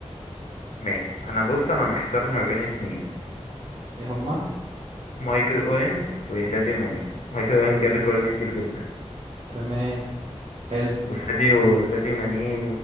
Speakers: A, on the left (about 75°); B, on the right (about 55°).
A: ماشي انا بص انا محتار ما بين اتنين
B: ايه هما
A: مايكل اوين وساديو ماني مايكل اوين جاب جوال كتير جدا
B: تمام حلو
A: وساديو ساديو ماني